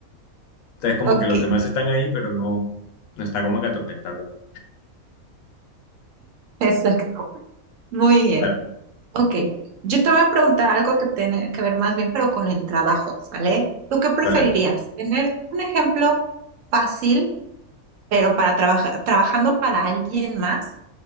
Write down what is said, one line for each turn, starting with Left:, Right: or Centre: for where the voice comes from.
Left: Entonces, como
Right: Ok,
Left: que los demás están ahí, pero no, no está como que atormentándote.
Right: <laughs> exacto. Muy bien.
Left: Dale,
Right: Ok, yo te voy a preguntar algo que tiene que ver más bien, pero con el trabajo, ¿sale? ¿Tú qué preferirías?
Left: dale. dale.
Right: ¿Tener un ejemplo fácil, pero para trabajar, trabajando para alguien más?